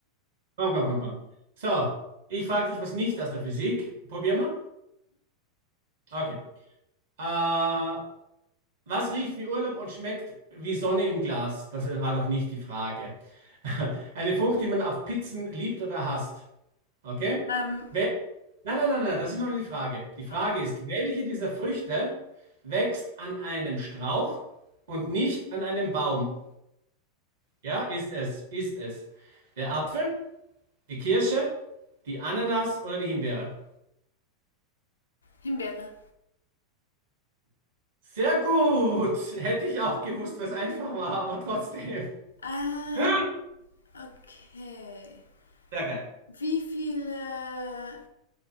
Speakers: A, on the right; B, on the left.
A: komm, komm, komm, komm. So, ich frage dich was nicht aus der Physik. Probier mal. Okay. Äh, Was riecht wie Urlaub und schmeckt wie Sonne im Glas? Das war noch nicht die Frage. <laughs> Eine Frucht, die man auf Pizzen liebt oder hasst. Okay?
B: Ähm,
A: Wel nein, nein, nein, nein, das ist noch nicht die Frage. Die Frage
B: oh,
A: ist, welche dieser Früchte wächst an einem Strauch und nicht an einem Baum? Ja, ist es, ist es. Der Apfel, die Kirsche, die Ananas oder die Himbeere?
B: Himbeere.
A: Sehr gut! <laughs> Hätte ich auch gewusst, was einfach war, aber trotzdem.
B: Ähm,
A: <laughs>
B: okay.
A: Sehr geil.
B: Wie viele